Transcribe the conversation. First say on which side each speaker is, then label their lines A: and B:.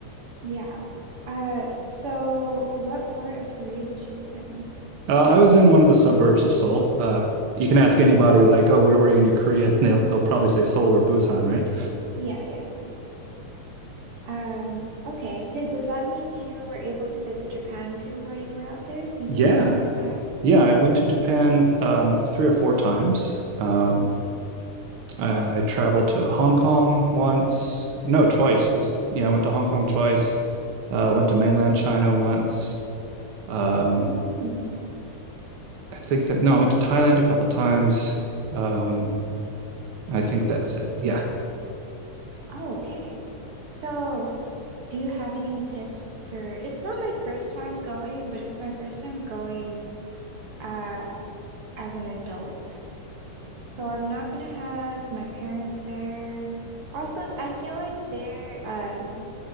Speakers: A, on the right (about 50°); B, on the right (about 65°).
A: Yeah. Uh, so what part of Korea did you live in?
B: Uh, I was in one of the suburbs of Seoul. Uh, you can ask anybody, like, "Oh, where were you in Korea?" <laughs> And they'll they'll probably say Seoul or Busan, right?
A: Yeah, yeah, yeah. Um, okay. Did does that mean you were able to visit Japan too while you were out there since
B: Yeah,
A: it's so nearby?
B: Yeah, I went to Japan um, three or four times. Um, I traveled to Hong Kong once. No, twice was yeah, I went to Hong Kong twice. Uh, went to mainland China once. Um,
A: Mm.
B: I think that no, I went to Thailand a couple times. Um, I think that's it. Yeah.
A: Oh, okay. So, do you have any tips for it's not my first time going, but it's my first time going uh as an adult. So I'm not gonna have my parents there. Also, I feel like they're um